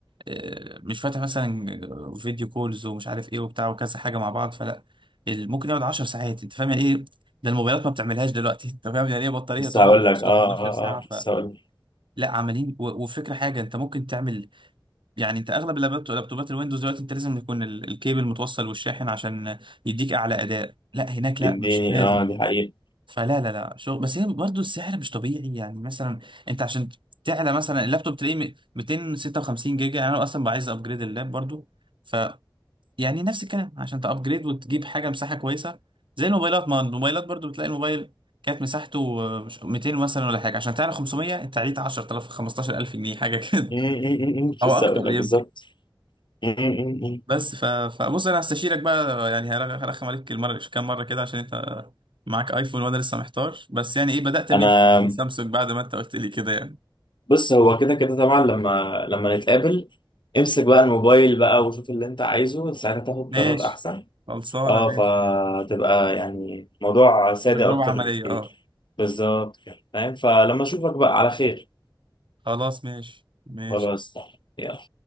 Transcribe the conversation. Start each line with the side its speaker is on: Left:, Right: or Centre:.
Right: آه، مش فاتح مثلا فيديو كولز ومش عارف ايه وبتاع وكذا حاجه مع بعض فلا ال- ممكن يقعد 10 ساعات انت فاهم يعني ايه ده الموبايلات ما بتعملهاش دلوقتي <laughs> انت فاهم يعني ايه بطاريه
Left: بس
Right: تقعد
Left: هقول لك
Right: 10
Left: اه
Right: 11
Left: اه
Right: ساعه فلا
Left: اه بس هقول لك
Right: عمالين و- وفكره حاجه انت ممكن تعمل يعني انت اغلب اللابتو- لابتوبات الويندوز دلوقتي انت لازم يكون ال- الكيبل متوصل والشاحن عشان يديك اعلى اداء لا هناك
Left: يديني
Right: لا مش لازم
Left: اه دي حقيقة
Right: فلا لا لا شغل بس هي برضه السعر مش طبيعي يعني مثلا انت عشان تعلى مثلا اللابتوب تلاقيه م- 256 جيجا يعني انا اصلا بقى عايز ابجريد اللاب برضه ف يعني نفس الكلام عشان تابجريد وتجيب حاجه مساحه كويسه زي الموبايلات ما الموبايلات برضه بتلاقي الموبايل كانت مساحته آه، مش- 200 مثلا ولا حاجه عشان تعلى 500 انت عليت 10000 15000 جنيه حاجه كده
Left: م-
Right: <laughs>
Left: م- م- م.
Right: او
Left: لسه
Right: اكتر
Left: هقول لك
Right: يمكن
Left: بالظبط م- م- م- م.
Right: بس ف... فبص انا هستشيرك بقى يعني هرخ- هرخم عليك المره كام مره كده عشان انت معاك ايفون وانا لسه محتار بس يعني ايه بدات من
Left: انا
Right: السامسونج بعد ما انت قلت لي كده يعني
Left: بص هو كده كده طبعا لما لما نتقابل امسك بقى الموبايل بقى وشوف اللي انت عايزه ساعتها تاخد
Right: ماشي
Left: قرار احسن
Right: خلصانه
Left: اه
Right: ماشي
Left: فتبقى يعني موضوع سادة
Right: تجربه
Left: أكتر
Right: عمليه
Left: بكتير
Right: اه
Left: بالظبط كده فاهم فلما أشوفك بقى على خير
Right: خلاص ماشي ماشي
Left: خلاص يلا